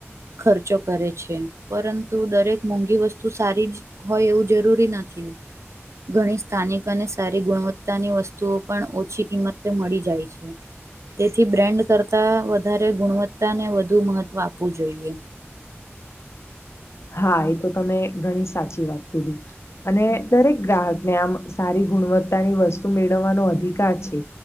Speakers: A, on the right; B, on the left.
A: ખર્ચો કરે છે પરંતુ દરેક મોંઘી વસ્તુ સારીજ હોય એવું જરૂરી નથી ઘણી સ્થાનિક અને સારી ગુણવત્તાની વસ્તુ ઓ પણ ઓછી કિંમતે મળી જાય છે તેથી બ્રેન્ડ કરતા વધારે ગુણવત્તાને વધુ મહત્વ આપવું જોઈએ.
B: હા એ તો તમે ઘણી સાચી વાત કીધી. અને દરેક ગ્રાહકને આમ સારી ગુણવત્તાની વસ્તુ મેળવવાનો અધિકાર છે.